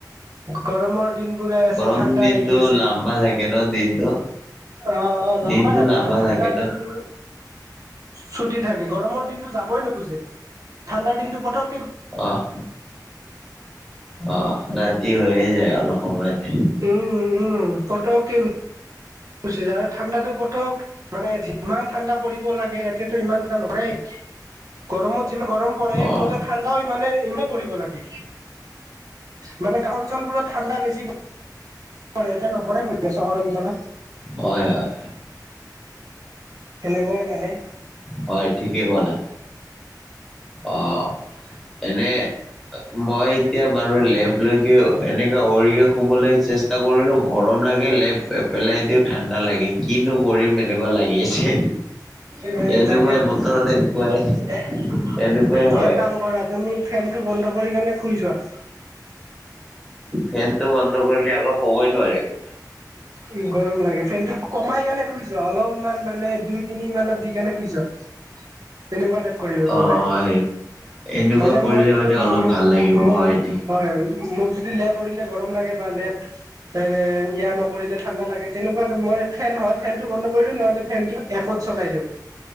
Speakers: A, on the right; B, in the centre.
A: গৰমৰ দিনবোৰই আছে
B: গৰম
A: ঠাণ্ডা
B: দিনটো
A: আহি আছে
B: লাম্বা থাকে ন দিনটো
A: অ অ লম্বা
B: দিনটো
A: থাকে
B: লাম্বা
A: আৰু ঠাণ্ডাৰ
B: ন
A: দিনটো ছুটি থাকে গৰমৰ দিনটো যাবই নোখোজে ঠাণ্ডাৰ দিনটো পতক
B: অহ অ ৰাতি হৈয়ে যায় অলপ সময়তে।
A: উম, উম, পটককে গুচি যায় আৰু ঠাণ্ডাটো পটক মানে যিমান ঠাণ্ডা পৰিব লাগে, ইয়াতেটো ইমান ঠাণ্ডা নকৰে। গৰমত যিমান গৰম পৰে
B: অ',
A: <unintelligible> ঠাণ্ডাও ইমানে, ইমান পৰিব লাগে। মানে গাঁও অঞ্চলবোৰত ঠাণ্ডা বেছি এতিয়া নপৰে, এতিয়া নপৰে গৰম চহৰ অঞ্চলত।
B: হয়, হয়।
A: সেনেকুৱাই মানে।
B: হয়, ঠিকেই ক'লা অ', এনে মই এতিয়া বাৰু লেপ লৈকে এনেকে অৰিকে শুবলৈ চেষ্টা কৰিলোঁ। গৰম লাগে লেপ পেলাই দিও ঠাণ্ডা লাগে, তোমাৰ কিনো কৰিম এনেকুৱা লাগি আছে।
A: উম,
B: এনেকুৱা
A: তাকেতো
B: বতৰত
A: এ-এক
B: এনেকুৱাই এনেকুৱাই হয়,
A: কাম কৰা তুমি ফেনটো বন্ধ কৰি কিনে শুই যোৱা।
B: ফেনটো বন্ধ কৰিলে আকৌ শুবই নোৱাৰিম।
A: উম, গৰম লাগে। ফেন টো কমাই কেনে শুই যোৱা অলপমান মানে দুই তিনি মানত দি কেনে শুই যোৱা। তেনেকুৱা টাইপ কৰিব ল'ব
B: অ',
A: লাগে।
B: সেই এনেকুৱা
A: মানে
B: কৰিলে
A: মোক
B: মানে অলপ
A: -মোক-মোক
B: ভাল লাগিব হয়, ঠিকে।
A: হয়। মোক যদি লেপ পৰিলে গৰম লাগে বা লেপ এ, ইয়াৰ ল কৰিলে ঠাণ্ডা লাগে, তেনেকুৱ মই ফেন হয়, ফেন টো বন্ধ দিওঁ নহ'লে ফেনটো একত চলাই দিওঁ।